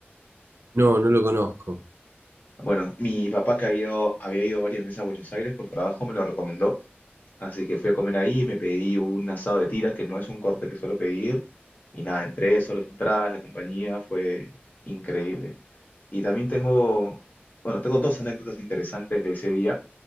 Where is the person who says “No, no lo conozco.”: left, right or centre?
Right